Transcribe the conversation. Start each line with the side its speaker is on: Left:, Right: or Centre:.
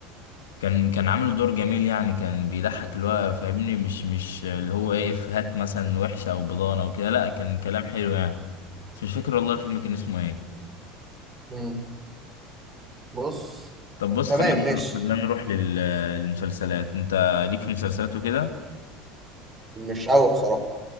Left: كان كان عامل دور جميل يعني كان بيضحك اللي هو فاهمني مش مش اللي هو ايه افيهات مثلا وحشة او بضانة او كده لا كان كلام حلو يعني بس مش فاكر والله الفيلم كان اسمه ايه
Right: مم. بص
Left: طب بص
Right: تمام
Left: خلينا نرو-
Right: ماشي
Left: خلينا نروح لل- للمسلسلات انت ليك في مسلسلات وكده
Right: مش قوي بصراحه